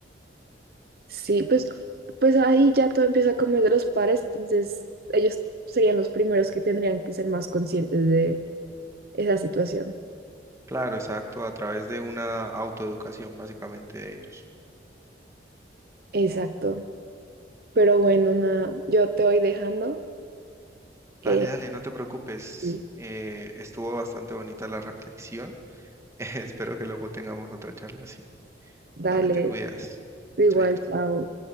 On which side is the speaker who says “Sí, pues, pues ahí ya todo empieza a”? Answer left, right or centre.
Right